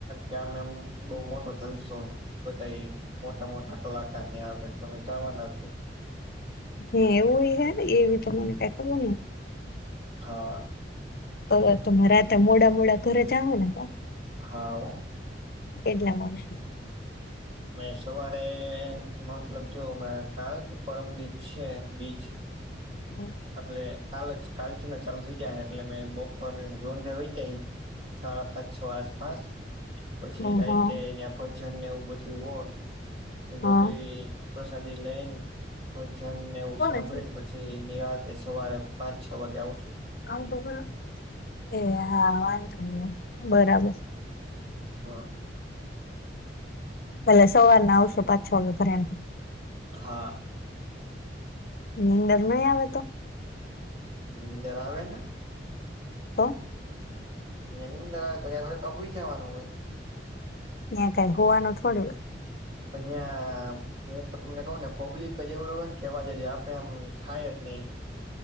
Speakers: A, on the right; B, on the left.
A: ગમે એમ બહુ મોટો જલસો હ બધા એ મોટા મોટા કલાકાર ને આવે તો અમે જવાના છ
B: હ એવ હે એવી તો મને ક બો
A: હા
B: તો તમારા ત મોડા મોડા ઘરે જ આવો ને
A: હા
B: એટલા મને
A: અ સવારે મતલબ જો હમણાં ખાલ કે પરમ દચ છે બીચ
B: હમ
A: એટલે કાલ જ કાલથી ના ચાલુ થઈ ગયા હ એટલે મે બપર રો વ્યા સાડા પાંચ છો આસપાસ પછી
B: હા
A: રાતે તં ભજનને એવું બધું હો એ
B: હા
A: બધું પ્રસાદી લઈને ભજનને એવું
B: કોને
A: સાંભળીને પછી નિરાત એ સવારે પાંચ છ વાગે આવશું
B: ક તો ખ એ હા વાંધો મને બરાબર
A: હા
B: ભલે સવાર ના આવશો પાંચ છ વાગે ઘરેને
A: હા
B: નિની અંદર નહી આવે તો
A: ની અંદર આવે ને
B: તો
A: ની અંદર આવે તો ત થોડી કકઈ જવાનું હોય
B: ત્યાં કઈ હોવાનું થોડું
A: પ ્યા હું તમને કઉ ને પબ્લિક જ એવડું હોય ને કેહેવા આપડે આમ થાય જ નહી